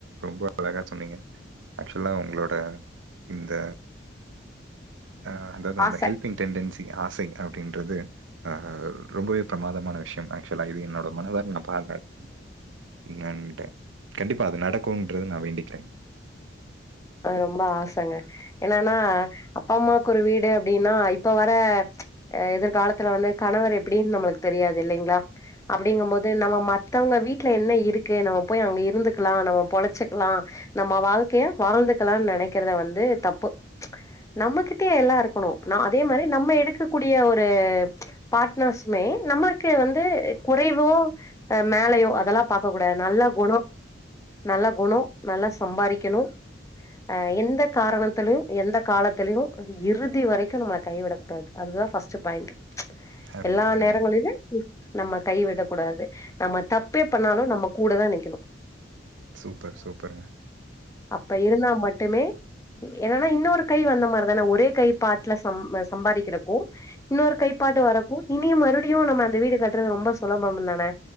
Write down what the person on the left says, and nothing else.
ஆச
அது ரொம்ப ஆசங்க என்னனா அப்பா அம்மாக்கு ஒரு வீடு அப்டின்னா இப்ப வர ஆ எதிர்காலத்துல வந்து கணவர் எப்டின்னு நமக்கு தெரியாது இல்லைங்ளா அப்டிங்கு போது நம்ம மத்தவங்க வீட்ல என்ன இருக்கு நம்ம போய் அங்க இருந்துக்லா நம்ம பொழச்சுக்லா நம்ம வாழ்கைய வாழ்ந்துக்லா நனைக்கிறத வந்து தப்பு நம்மகிட்யே எல்லா இருக்கணு நா அதே மாரி நம்ம எடுக்கக்கூடிய ஒரு பாட்னர்ஸுமே நம்ளுக்கு வந்து குறைவோ அ மேலயோ அதலா பாக்க கூடாது நல்ல குணோ நல்ல குணோ நல்லா சம்பாரிக்கணு அ எந்த காரணத்திலுயு எந்த காலத்திலுயு இறுதி வரைக்கு நம்ம கைவிடக் கூடாது அதுதா ஃபஸ்ட்டு பாயிண்ட் ப்ச்
எல்லா
நேரங்களியுமே நம்ம கைவிடக் கூடாது நம்ம தப்பே பண்ணாலு நம்ம கூட தா நிக்குணு
அப்ப இருந்தா மட்டுமே என்னனா இன்னொரு கை வந்த மார்தான ஒரே கை பாட்ல சம் அ சம்பாதிக்கிறப்போ இன்னொரு கைப்பாட்டு வரக்கு இனியு மறுவடியு நம்ம அந்த வீடு கட்டுறது ரொம்ப சுலபம் தானே